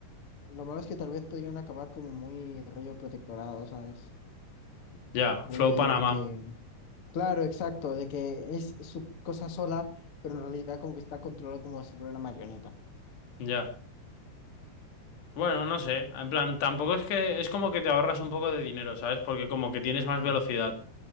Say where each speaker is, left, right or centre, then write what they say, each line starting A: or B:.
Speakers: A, on the left (about 40°); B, on the left (about 80°).
A: lo malo es que tal vez podrían acabar como muy rollo protectorado, ¿sabes?
B: Ya,
A: Rollo
B: Flow Panamá,
A: de que, claro, exacto, de que es su cosa sola, pero en realidad como que está controlado como si fuera una marioneta.
B: ya. Bueno, no sé, en plan, tampoco es que es como que te ahorras un poco de dinero, ¿sabes? Porque como que tienes más
A: Sí,
B: velocidad.